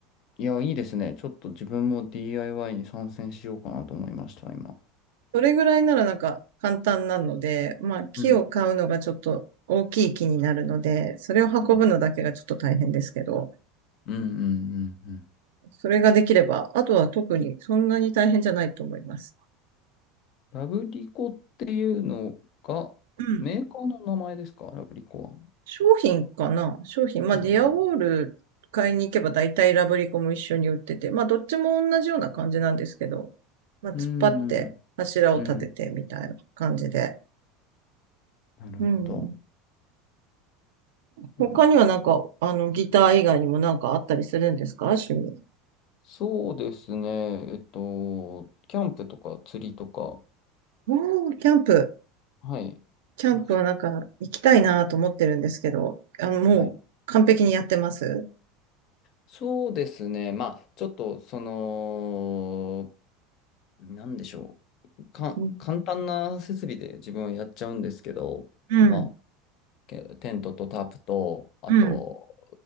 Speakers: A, on the left; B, on the right.
A: いや、いいですね。ちょっと自分も DIY に参戦しようかなと思いました、今。
B: それぐらいならなんか簡単なので、まあ木を買うのがちょっと大きい木になるので、
A: うん、
B: それを運ぶのだけがちょっと大変ですけど、
A: うん。うんうんうんうん。
B: それができれば、あとは特にそんなに大変じゃないと思います。
A: ラブリコっていうのが、
B: うん。
A: メーカーの名前ですかラブリコは。
B: 商品かな商品。まあディアウォール買いに行けば大体ラブリコも一緒に売ってて、
A: そうなの
B: まあどっちも同じような感じなんですけど、まあ突っ張って柱を立ててみたいな感じで。
A: うん、うん。なるほど。
B: うん。他にはなんか、
A: いや、
B: あの、ギター以外にもなんかあったりするんですか趣味。
A: そうですね。えっと、キャンプとか釣りとか、
B: おー、キャンプ。
A: はい。
B: キャンプはなんか行きたいなと思ってるんですけど、
A: が、
B: あの、もう完璧にやってます。
A: はい。そうですね。まあ、ちょっと、その、なんでしょう。か、
B: うん、
A: 簡単な設備で自分はやっちゃうんですけど、
B: うん、
A: まあ、けテントとタープと、あと、
B: うん、